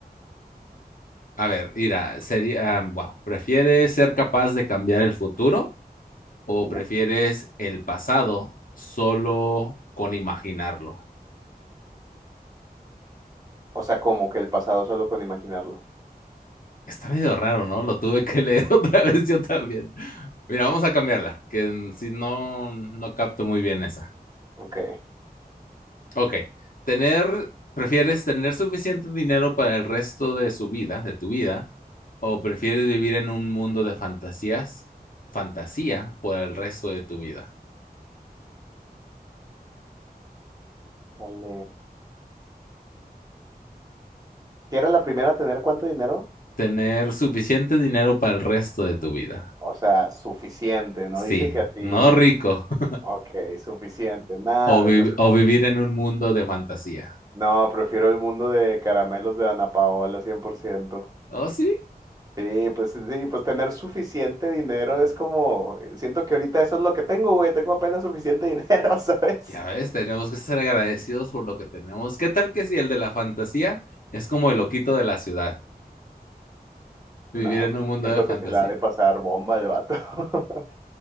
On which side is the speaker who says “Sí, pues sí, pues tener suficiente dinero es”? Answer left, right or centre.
Right